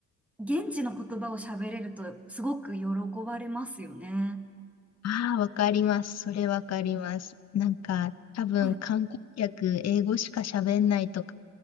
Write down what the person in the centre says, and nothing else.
現地の言葉を喋れるとすごく喜ばれますよね。
はい。